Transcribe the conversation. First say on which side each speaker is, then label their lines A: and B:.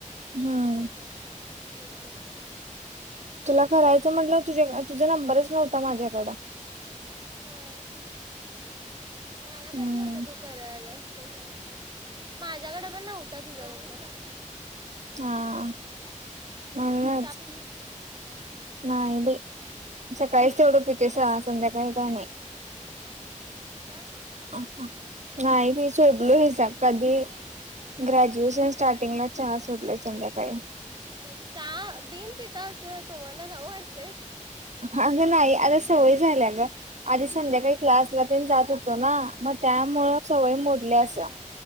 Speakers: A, on the right (about 35°); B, on the right (about 60°).
A: म्हटलं
B: हम्म
A: उद्या करतो उद्या करूया
B: तुला करायचं म्हंटलं तुझ्या तुझा नंबरच नव्हता माझ्याकडं
A: होय. मला माहित
B: हम्म
A: नव्हतं तू करा ल्यास ते हे माझ्याकडे पण नव्हता तुझा नंबर
B: हा
A: हम्म
B: म्हणूनच
A: चहा पिलीस काय?
B: नाही बाई सकाळीच तेवढं पीतोय स संध्याकाळी काय नाही
A: हि.
B: नाही बाई मी सोडलो हे कधी ग्रॅज्युएशन स्टार्टिंगला चहा होडलोय संध्याकाळी
A: बाई चहा बिन पिता तुम्हाला रहू वाटत
B: अग नाही आता सवय झाल्या ग आधी संध्याकाळी
A: हा हा
B: क्लासला तेन होत ना मग त्यामुळं सवय मोडल्यस
A: चहा